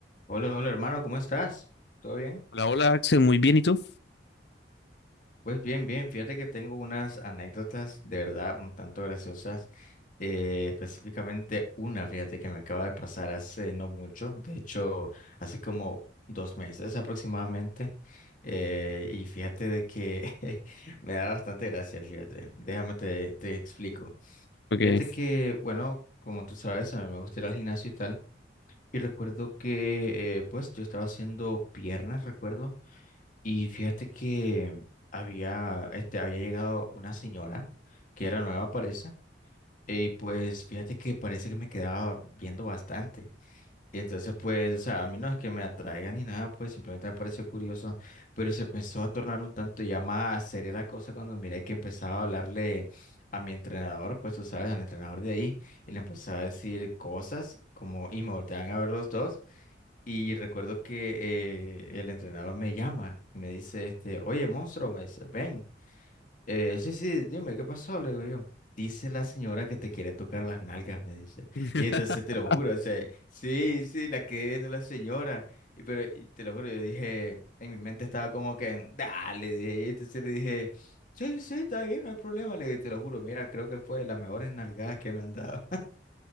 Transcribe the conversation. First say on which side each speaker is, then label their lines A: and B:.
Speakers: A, on the left; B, on the left.
A: Hola, hola hermano, ¿cómo estás? ¿Todo bien?
B: Hola, hola Axel, muy bien, ¿y tú?
A: Pues bien, bien, fíjate que tengo unas anécdotas de verdad un tanto graciosas, eh, específicamente una, fíjate que me acaba de pasar hace no mucho, de hecho hace como dos meses aproximadamente, eh, y fíjate de que <laughs> me da bastante gracia, fíjate, déjame te, te explico.
B: Ok.
A: Fíjate que, bueno, como tú sabes, a mí me gusta ir al gimnasio y tal, y recuerdo que, eh, pues yo estaba haciendo piernas, recuerdo. Y fíjate que había, este, había llegado una señora que era nueva, parece. Y pues fíjate que parece que me quedaba viendo bastante. Y entonces, pues, o sea, a mí no es que me atraiga ni nada, pues simplemente me pareció curioso. Pero se empezó a tornar un tanto ya más seria la cosa cuando miré que empezaba a hablarle a mi entrenador, pues tú sabes, al entrenador de ahí. Y le empezaba a decir cosas como, y me volteaban a ver los dos. Y recuerdo que eh, el entrenador me llama, me dice, este, oye, monstruo, me dice, ven. Eh, sí, sí, dime, ¿qué pasó? Le digo yo. Dice la señora que te quiere tocar las nalgas, me dice.
B: <laughs>
A: Y entonces te lo juro, o sea, sí, sí, la quedé viendo la señora. Y, pero y te lo juro, yo dije, en mi mente estaba como que, dale, dije. Y entonces le dije, sí, sí, está bien, no hay problema. Le dije, te lo juro, mira, creo que fue de las mejores nalgadas que me han dado.